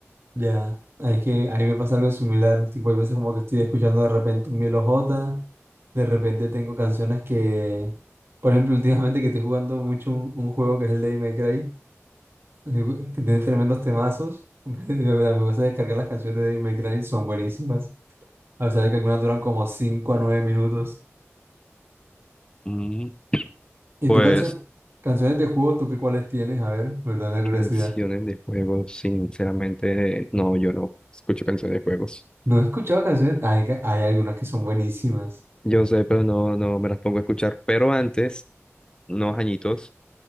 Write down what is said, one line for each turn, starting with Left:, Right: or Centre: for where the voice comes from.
Right: ya. Es que ahí me pasa algo similar. Tipo, hay veces como que estoy escuchando de repente un Milo J, de repente tengo canciones que, por ejemplo, últimamente que estoy jugando mucho un, un juego que es el de May Cry. eh, güey, que tiene tremendos temazos. <laughs> Me me gusta descargar las canciones de Devil May Cry, son buenísimas. A pesar de que algunas duran como 5 a 9 minutos.
Left: Mm,
Right: ¿Y
Left: Pues
Right: tú cancio- canciones de juegos, tú qué cuáles tienes? A ver, me da la curiosidad.
Left: canciones de juegos, sinceramente, no, yo no escucho canciones de juegos.
Right: No he escuchado canciones, hay, ca- hay algunas que son buenísimas.
Left: Yo sé, pero no, no me las pongo a escuchar. Pero antes, unos añitos,